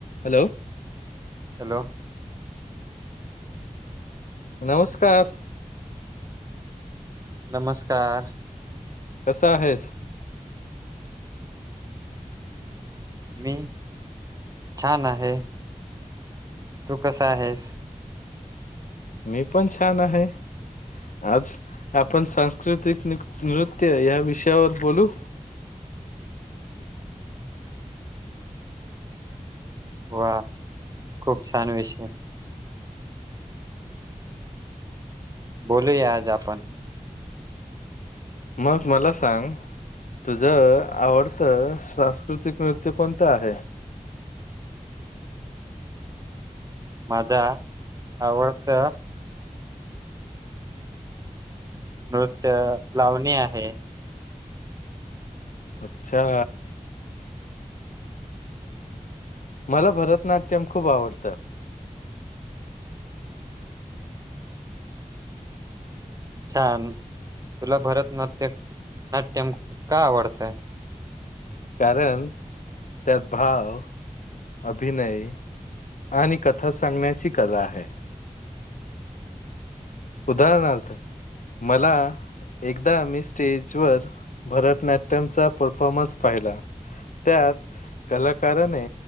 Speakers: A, on the left; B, on the right.
A: Hello
B: hello.
A: नमस्कार.
B: नमस्कार.
A: कसा आहेस?
B: मी छान आहे. तू कस आहेस?
A: मी पण छान आहे. आज आपण सांस्कृतिक नृत्य या विषयावर बोलू.
B: वा खूप छान विषय. बोलूया आज आपण.
A: मग मला सांग? तुझ आवडत सांस्कृतिक नृत्य कोणतं आहे?
B: माझा आवडत नृत्य लावणी आहे.
A: अच्छा! मला भरतनाट्यम खूप आवडतं.
B: छान, तुला भरतनाट्य नाट्यम का आवडतं.
A: कारण त्यात भाव, अभिनय आणि कथा सांगण्याची कला आहे. उदाहरणार्थ मला एकदा मी स्टेजवर भरतनाट्यमचा परफॉर्मन्स पाहिला. त्यात कलाकाराने